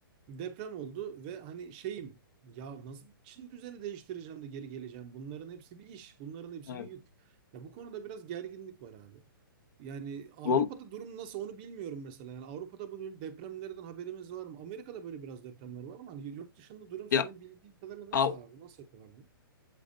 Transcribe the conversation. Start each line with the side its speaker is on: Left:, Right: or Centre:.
Right: Deprem oldu ve hani şeyim ya nasıl Çin düzeni değiştireceğim de geri geleceğim. Bunların hepsi bir iş, bunların hepsi
Left: evet.
Right: bir yük. Ya bu konuda biraz gerginlik var abi. Yani Avrupa'da
Left: Val-
Right: durum nasıl onu bilmiyorum mesela. Yani Avrupa'da böyle depremlerden haberimiz var mı? Amerika'da böyle biraz depremler var ama hani yurt dışında durum senin
Left: Ya,
Right: bildiğin kadarıyla nasıl
Left: Av-
Right: abi? Nasıl yapıyorlar bunu?